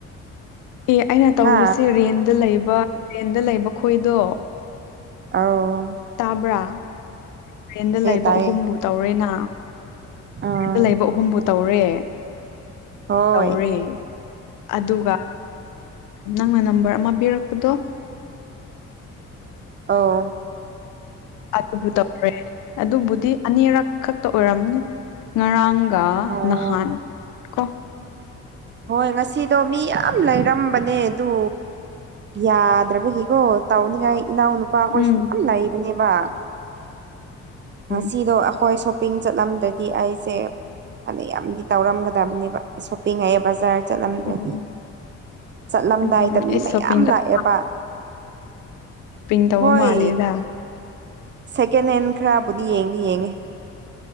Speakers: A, on the left; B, on the right.
A: ꯑꯦ ꯑꯩꯅ ꯇꯧꯔꯤꯁꯦ
B: ꯍꯥ
A: ꯔꯦꯟꯗ ꯂꯩꯕ ꯔꯦꯟꯗ ꯂꯩꯕ ꯈꯣꯏꯗꯣ
B: ꯑꯥꯎ
A: ꯇꯥꯕ꯭ꯔꯥ ꯇ꯭ꯔꯦꯟꯗ ꯂꯩꯕ
B: ꯇꯥꯏꯌꯦ
A: ꯑꯍꯨꯝꯕꯨ ꯇꯧꯔꯦꯅ
B: ꯑꯥ
A: ꯑꯗ ꯂꯩꯕ ꯑꯍꯨꯝꯕꯨ ꯇꯧꯔꯦ
B: ꯍꯣꯏ
A: ꯇꯧꯔꯦ ꯑꯗꯨꯒ ꯅꯪꯅ ꯅꯝꯕꯔ ꯑꯃ ꯄꯤꯔꯛꯄꯗꯣ
B: ꯑ
A: ꯑꯗꯨꯕꯨ ꯇꯧꯔꯦ ꯑꯗꯨꯕꯨꯗꯤ ꯑꯅꯤꯔꯛ ꯈꯛꯇ ꯑꯣꯏꯔꯝꯅꯤ ꯉꯔꯥꯡꯒ
B: ꯑꯣ
A: ꯅꯍꯥꯟ ꯀꯣ
B: ꯍꯣꯏ ꯉꯁꯤꯗꯣ ꯃꯤ ꯌꯥꯝ ꯂꯩꯔꯝꯕꯅꯦ ꯑꯗꯨ ꯌꯥꯗ꯭ꯔꯕꯒꯤꯀꯣ ꯇꯥꯎꯅꯤꯡꯉꯥꯏ ꯏꯅꯥꯎ ꯅꯨꯨꯄꯥ ꯑꯩꯈꯣꯏꯁꯨ
A: ꯎꯝ
B: ꯌꯥꯝ ꯂꯩꯕꯅꯦꯕ
A: ꯎꯝ
B: ꯑꯁꯤꯗꯣ ꯑꯩꯈꯣꯏ ꯁ ꯁꯣꯄꯤꯡ ꯆꯠꯂꯝꯗꯗꯤ ꯑꯩꯁꯦ ꯐꯅ ꯌꯥꯝꯗꯤ ꯇꯧꯔꯝꯒꯗꯕꯅꯦꯕ ꯁꯣꯞꯄꯤꯡ ꯍꯥꯏꯌꯦ ꯕꯖꯥꯔꯦ ꯆꯠꯂꯝꯗ꯭ꯔꯗꯤ
A: ꯎꯝ
B: ꯆꯠꯂꯝꯗꯥꯏꯗ
A: ꯎꯝ ꯎꯝ
B: ꯃꯤ
A: ꯏꯁ
B: ꯃꯌꯥꯝ
A: ꯁꯣꯞꯄꯤꯡ ꯇꯧ
B: ꯂꯥꯛꯑꯦꯕ
A: ꯄꯤꯡ ꯇꯧꯕ
B: ꯍꯣꯏ
A: ꯃꯥꯂꯦꯗ
B: ꯁꯦꯀꯦꯟ ꯍꯦꯟ ꯈꯔꯕꯨꯗꯤ ꯌꯦꯡꯗꯤ ꯌꯦꯡꯉꯦ